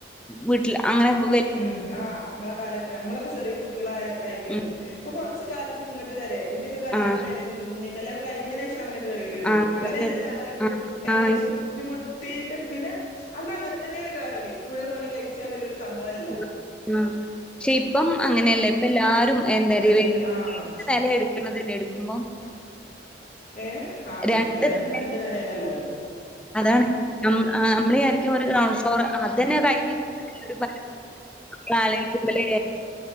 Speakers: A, in the centre; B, on the left.
A: വീട്ട്ൽ അങ്ങനെ കൊ
B: ഉം ആഹ് അമ്മളെ കാല അമ്മളൊക്കെ ചെറ്യേ കുട്ടികളായ ടൈമിലും
A: ഉം
B: ഇപ്പൊ കൊറച്ച് കാലത്തിന് ഇങ്ങട്ട് വരെ എന്റെയൊക്ക കല്യാണം
A: ആഹ്
B: കഴ്ണേന് മുന്നേക്കെ കല്യാണം കഴിഞ്ഞേനേഷ് ഷം അങ്ങനെ കേറിയോല്ണ്ട്
A: ആഹ്
B: അങ്ങനല്ലട്ടോ
A: ആഹ്
B: ഞാൻ പറയ്ണത് ഏകദേശം
A: ആഹ് ആഹ്.
B: ബുദ്ധിമുട്ടിയിട്ട് പിന്നെ അന്ന് അങ്ങനെ തന്നേണ് കേറല് ഫുള്ള് പണി കഴിച്ചാന്നുള്ളൊരു സംഭവം അല്ല
A: ആഹ് പക്ഷെ ഇപ്പം അങ്ങനെയല്ല ഇപ്പ എല്ലാരും എന്താറിയല്
B: വല്ല
A: <unintelligible>
B: ആഹ്
A: വെല എട് ക്ക്‌ണത് നെടുക്കുമ്പോ
B: ഏഹ് ആഹ്
A: രണ്ട്
B: ഇട്ക്ക്‌ണതെന്നെ
A: നില
B: രണ്ട് നെലേണെല്ലാരും
A: അതാണ് ഉം ആഹ് നമ്മളിയാരിക്കും ഓര് താമസ് ത്തോണ് അതന്നെ <unintelligible> ആലോയിക്കുമ്പലേ